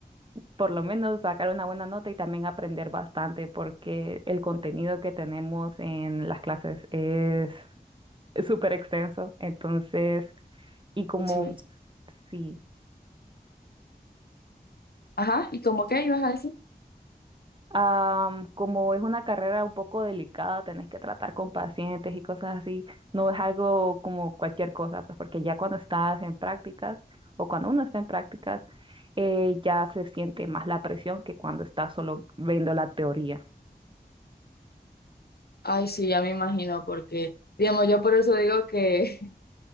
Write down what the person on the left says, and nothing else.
Pues sí.
Ajá, ¿y como qué ibas a decir?
Ay, sí, ya me imagino, porque, digamos, yo por eso digo que, <laughs>